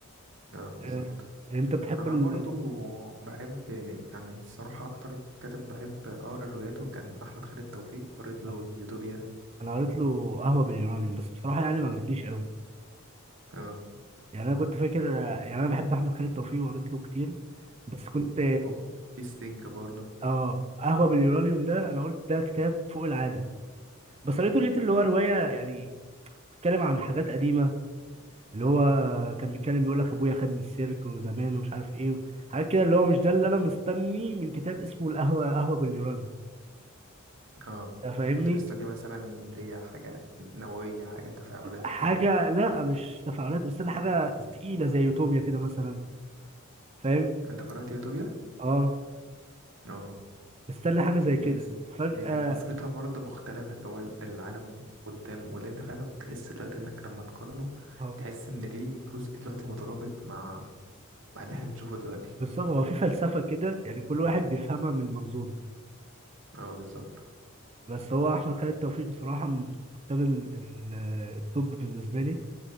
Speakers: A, on the right (about 60°); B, on the right (about 30°).
A: اه بالظبط
B: آه انت بتحب
A: انا
B: ال...
A: برضو بحب يعني الصراحة اكتر كاتب بحب اقرا رواياته كان احمد خالد توفيق قريت له
B: آه،
A: يوتوبيا
B: انا قريت له قهوه باليونانيوم بس بصراحه يعني ما عجبتنيش قوي
A: اه
B: يعني انا كنت فاكر يعني انا بحب احمد خالد توفيق وقريت له كتير بس كنت
A: اه في ستينج برضو
B: اه قهوه باليورانيوم ده انا قلت ده كتاب فوق العاده بس قريته لقيت اللي هو روايه يعني بيتكلم عن حاجات قديمه اللي هو كان بيتكلم بيقول لك ابويا خدني السيرك وزمان ومش عارف ايه حاجات كده اللي هو مش ده اللي انا مستني من كتاب اسمه القهوه قهوه باليورانيوم
A: اه
B: أنت فاهمني
A: كنت مستني مثلا ليا حاجة نووية حاجة تفاعلات
B: حاجه
A: وكده
B: لا مش تفاعلات مستني حاجه تقيله زي يوتوبيا كده مثلا فاهم
A: انت قرأت يوتوبيا؟
B: اه
A: اه
B: مستني حاجه زي كده
A: هي ز-
B: فجاه
A: هي كانت نظرتها برضه مختلفة اللي هو ده العالم قدام واللي انت فعلا تحس دلوقتي انك لما تقارنه
B: اه
A: تحس ان ليه جزء دلوقتي مترابط مع مع اللي احنا بنشوفه دلوقتي
B: بالظبط هو في فلسفة كده يعني كل واحد بيفهمها من منظوره
A: اه بالظبط
B: بس هو أحمد خالد توفيق بصراحة من كتاب ال- ال- الطب بالنسبة لي